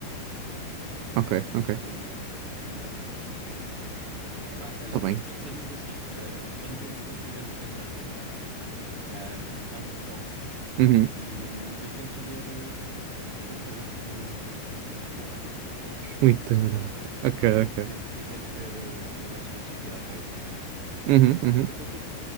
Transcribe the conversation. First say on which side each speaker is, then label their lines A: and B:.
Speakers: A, on the right; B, on the right.
A: ok, ok.
B: Presumo eu, mais ou menos. Epá, olha,
A: Está bem.
B: fa- fazemos assim, ah, quando, quando estiveres a pensar vir cá, ah, dá-me um toque
A: Uhum.
B: e hum, eu tento ver, ah, tento fazer tipo um, um itinerário para tu veres,
A: Muito tenurada.
B: ah,
A: Ok,
B: e,
A: ok.
B: te- e tento ver ah, também se consigo tirar férias
A: Uhum,
B: e
A: uhum.
B: tento ir contigo.